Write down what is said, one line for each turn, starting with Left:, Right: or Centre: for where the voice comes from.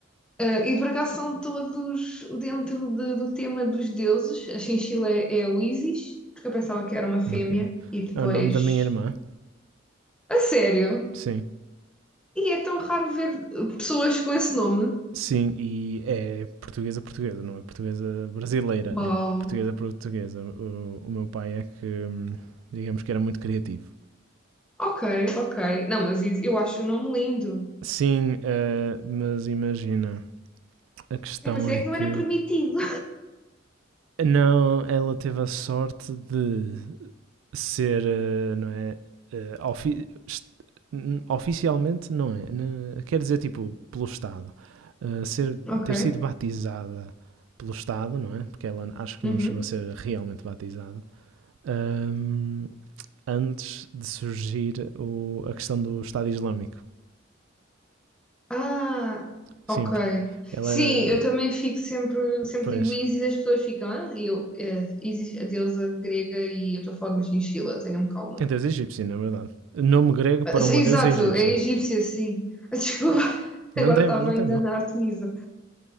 Centre: Ah, e por acaso são todos dentro de- do tema dos deuses. A chinchila é, é o Isis, porque eu pensava que era uma fêmea,
Right: Ok.
Centre: e depois.
Right: É o nome da minha irmã.
Centre: A sério?
Right: Sim.
Centre: E é tão raro ver ah, pessoas com esse nome.
Right: Sim, e é portuguesa portuguesa, não é portuguesa brasileira,
Centre: Bom,
Right: é portuguesa portuguesa. O, o meu pai é que, hum, digamos que era muito criativo.
Centre: ok, ok. Não, mas Isis- eu acho o nome lindo.
Right: Sim, eh, mas imagina, a questão
Centre: Eu pensei
Right: é
Centre: é que
Right: que
Centre: não era permitido.
Right: não, ela teve a sorte de ser, eh, não é, eh, ofi- est- n- oficialmente não é, na- quer dizer tipo pelo Estado, eh, ser,
Centre: Ok.
Right: ter sido batizada pelo Estado, não é? Porque ela acho que
Centre: Uhum.
Right: não chegou a ser realmente batizada. ahm, antes de surgir o- a questão do Estado Islâmico.
Centre: Ah,
Right: Sim,
Centre: ok.
Right: porque ela
Centre: Sim,
Right: era,
Centre: eu também fico sempre, sempre
Right: pois,
Centre: digo Isis, as pessoas ficam, ah, e eu, é, Isis, a deusa grega, e eu estou a falar de uma chinchila, tenham calma.
Right: a deusa egípcia, na verdade. Nome grego
Centre: Ah,
Right: para
Centre: sim,
Right: uma
Centre: Exato,
Right: deusa egípcia.
Centre: é egípcia, sim. Ah, Desculpa, <laughs>
Right: Não
Centre: agora
Right: tem,
Centre: estava
Right: não
Centre: ainda
Right: tem mal.
Centre: na Artemisa.